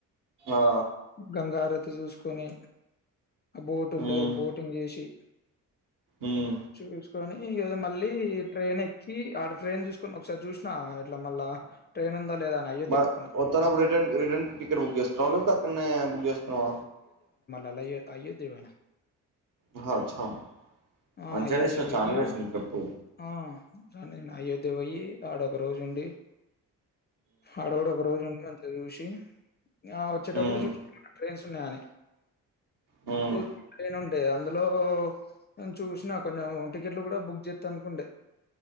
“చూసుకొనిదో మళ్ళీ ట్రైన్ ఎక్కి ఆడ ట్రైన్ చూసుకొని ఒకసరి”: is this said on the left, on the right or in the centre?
Left